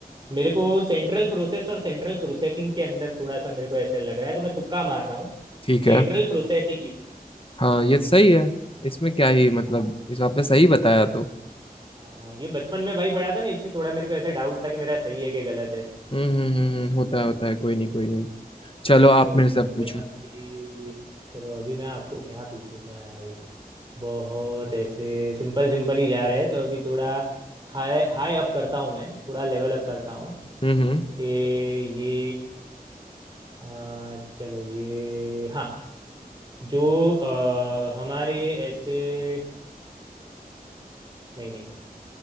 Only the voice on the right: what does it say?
मेरे को सेंट्रल प्रोसेस और सेंट्रल प्रोसेसिंग के अंदर थोड़ा सा मेरे को ऐसा लग रहा है तो मैं तुक्का मार रहा हूँ
Central
processing unit
हाँ
हाँ
हाँ हाँ, ये बचपन में भाई पढ़ा था ना इसलिए थोड़ा मेरे को ऐसा डाउट था कि मेरा सही है कि गलत है
ओके
अभी चलो अभी मैं आपको क्या पूछूं भाई बहुत ऐसे सिंपल सिंपल ही जा रहे हैं तो अभी थोड़ा हाई हाई अप करता हूँ मैं थोड़ा लेवल अप करता हूँ
कि ये अ, चलो ये हाँ जो अ, हमारे ऐसे अ, नहीं नहीं